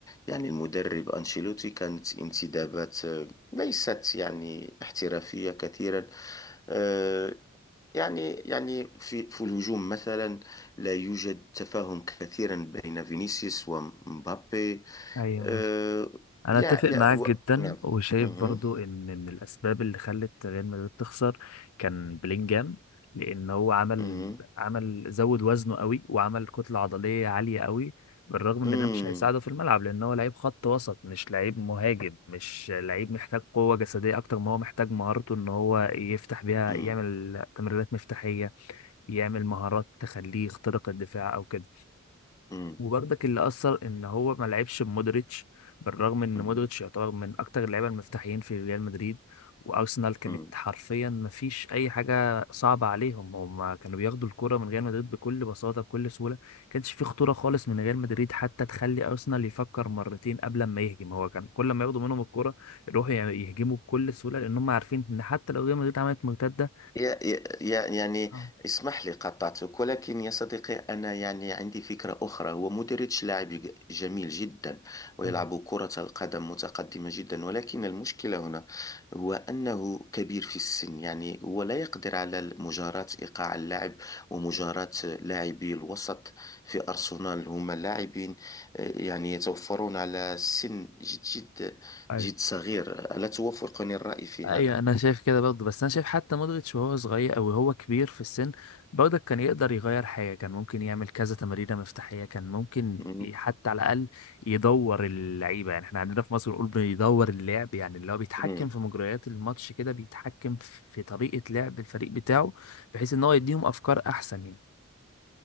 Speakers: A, on the left; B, on the left.
A: يعني المدرب أنشيلوتي كانت انتدابات آه، ليست يعني احترافية كثيرا آه، يعني يعني في في الهجوم مثلا لا يوجد تفاهم كثيرا بين فينيسيوس ومبابي
B: ايوه
A: آه،
B: مظبوط انا
A: يا
B: اتفق
A: يا
B: معاك
A: و...
B: جدا
A: نعم
B: وشايف
A: مهم.
B: برضو ان من الاسباب اللي خلت ريال مدريد تخسر كان بلينجهام لان هو عمل
A: مهم.
B: عمل زود وزنه قوي وعمل كتله عضليه عاليه قوي بالرغم ان
A: مم.
B: ده مش هيساعده في الملعب لان هو لعيب خط وسط مش لعيب مهاجم مش لعيب محتاج قوه جسديه اكتر ما هو محتاج مهارته ان هو يفتح بيها
A: مم.
B: يعمل تمريرات مفتاحيه يعمل مهارات تخليه يخترق الدفاع او كده
A: مم.
B: وبرضك اللي اثر ان هو ما لعبش بمودريتش بالرغم ان
A: مم.
B: مودريتش يعتبر من اكتر اللعيبه المفتاحيين في ريال مدريد وارسنال كانت
A: مم.
B: حرفيا ما فيش اي حاجه صعبه عليهم هم كانوا بياخدوا الكره من ريال مدريد بكل بساطه بكل سهوله كانش في خطوره خالص من ريال مدريد حتى تخلي ارسنال يفكر مرتين قبل ما يهجم هو كان كل ما ياخدوا منهم الكره يروحوا يعني يهجموا بكل سهوله لان هم عارفين ان حتى لو ريال مدريد عملت مرتده
A: يا يا يا- يعني
B: آه،
A: اسمح لي قطعتك ولكن يا صديقي أنا يعني عندي فكرة أخرى هو مودريتش لاعب ج- جميل جدا ويلعب
B: أيوة.
A: كرة القدم متقدمة جدا ولكن المشكلة هنا هو أنه كبير في السن يعني هو لا يقدر على مجاراة إيقاع اللاعب ومجاراة
B: أيوة.
A: لاعبي الوسط في أرسنال هم لاعبين آه، يعني يتوفرون على سن جد جد
B: أيوة.
A: جد صغير ألا توافقني الرأي في
B: ايوه
A: هذا؟
B: انا شايف كده برضه بس انا شايف حتى مودريتش وهو صغير او هو كبير في السن برضه كان يقدر يغير حاجه كان ممكن يعمل كذا تمريره مفتاحيه كان ممكن
A: مم.
B: ي- حتى على الاقل يدور اللعيبه يعني احنا عندنا في مصر بنقول بيدور اللعب يعني اللي هو بيتحكم
A: مم.
B: في مجريات الماتش كده بيتحكم في طريقه لعب الفريق بتاعه بحيث ان هو يديهم افكار احسن يعني